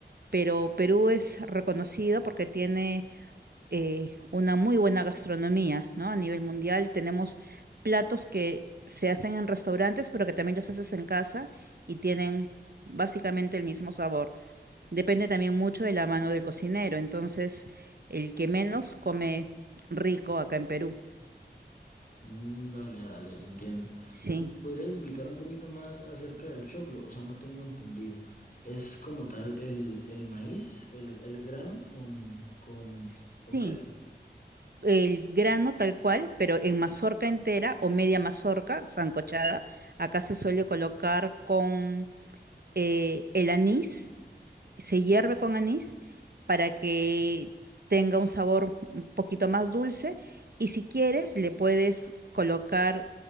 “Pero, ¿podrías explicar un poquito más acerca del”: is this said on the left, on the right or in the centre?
Left